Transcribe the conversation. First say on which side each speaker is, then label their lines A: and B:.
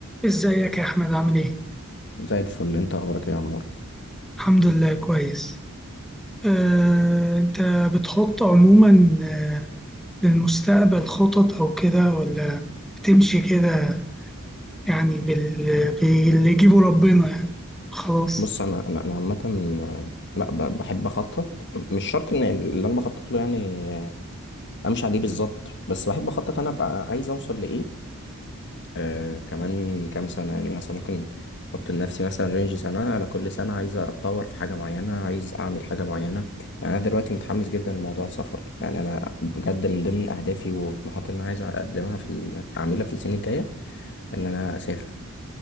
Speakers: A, in the centre; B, on the left.
A: ازيك يا احمد عامل ايه
B: زي الفل انت اخبارك ايه يا عمور
A: الحمد لله كويس آه، انت بتحط عموما آه، للمستقبل خطط او كده ولا بتمشي كده يعني بال... باللي يجيبه ربنا يعني خلاص
B: بص انا انا انا عامه آه، لا ب- بحب اخطط مش شرط ان اللي انا بخطط له يعني آه، امشي عليه بالظبط بس بحب اخطط انا ابقى عايز اوصل لايه آه كمان كام سنه يعني مثلا ممكن احط لنفسي مثلا رينج سنه انا كل سنه عايز اتطور في حاجه معينه عايز اعمل حاجه معينه يعني انا دلوقتي متحمس جدا لموضوع السفر يعني انا بجد من ضمن اهدافي وطموحاتي اللي انا عايز اقدمها في ال- اعملها في السنه الجايه ان انا اسافر